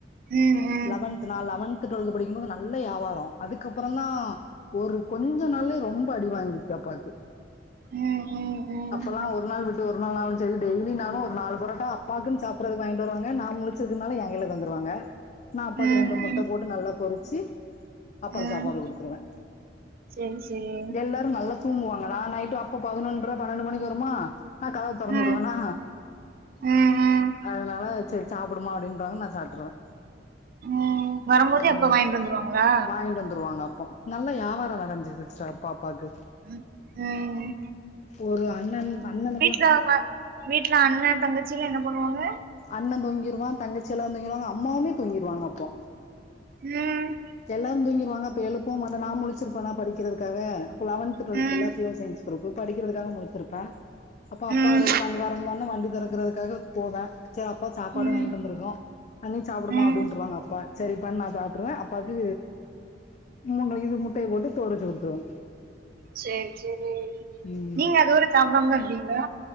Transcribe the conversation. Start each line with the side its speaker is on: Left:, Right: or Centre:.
Right: ம் ம்
Left: லெவன்த் நான் லெவன்த் டுவெல்த் படிக்கும்போது நல்ல வியாபாரம் அதுக்க அப்புறம் தா ஒரு கொஞ்ச நாள்லே ரொம்ப அடி வாங்கிட்டு அப்பாக்கு
Right: ம் ம் ம்
Left: அப்பல்லா ஒரு நாள் விட்டு என்னானாலும் சேரி டெய்லினாலும் ஒரு நாலு பொரட்டா அப்பாக்குன் சாப்பறதுக்கு வாங்ட்டு வருவாங்க நா முழிச்சிருக்கதுனால ஏ கையில தந்துருவாங்க நா அப்பாக்கு
Right: ம்
Left: ரெண்டு முட்ட
Right: ம்
Left: போட்டு நல்லா பொறிச்சு அப்பாக்கு
Right: ம்
Left: சாப்பாடு குடுத்துருவே
Right: சேரி சேரி
Left: எல்லாரும் நல்லா தூங்குவாங்க நா நைட்டு அப்பா பதினொன்ற பன்னெண்டு மணிக்கு வருமா நா கதவ தொறந்து
Right: ம்
Left: விடுவேனா
Right: ம் ம்
Left: அதனால சரி சாப்புடும்மா அப்டிம்பாங்க நா சாப்ட்ருவே
Right: ம் வரும்போதே
Left: ம்
Right: அப்ப வாங்கிட்டு வந்துருவாங்களா
Left: வாங்கிட்டு வந்துருவாங்க அப்போ நல்லா யாவாரம் நடந்துச்சு சிஸ்டர் அப்ப அப்பாக்கு
Right: ம் ம்
Left: ஒரு அண்ணன் அண்ணனுக்குல்லா
Right: லாம வீட்ல அண்ணன் தங்கச்சியெல்லாம் என்ன பண்ணுவாங்க
Left: அண்ணன் தூங்கிருவா தங்கச்சி எல்லாரு தூங்கிருவாங்க அம்மாவுமே தூங்கிருவாங்க அப்போ
Right: ம்
Left: எல்லாரு தூங்கிருவாங்க அப்ப எழுப்பவு மாட்ட நா முழிச்சிருப்பேனா படிக்கிறதுக்காக அப்ப லவன்த் டுவெல்த்
Right: ம்
Left: இல்ல பியோர் சயின்ஸ் குரூப்பு படிக்கிறதுக்காக முழிச்சிருப்பே அப்போ அப்பா
Right: ம்
Left: வர்றது வண் வரந்தோன வண்டி தொறக்கறதுக்காக போவே ச அப்பா சாப்பாடு
Right: ம்
Left: வாங்கிட்டு வந்துருக்கு அத நீ சாப்பிடுமா
Right: ம்
Left: அப்டின்ட்ருவாங்க அப்பா சரிப்பான் நா சாப்ட்டுருவே அப் பாக்கு மூன் மணிக்குது முட்டைய போட்டு சோறு வச்சு கொடுத்ருவோ
Right: சேரி சேரி
Left: ம்
Right: நீங்க அது வர சாப்பிடாமத்தா இருப்பீங்களா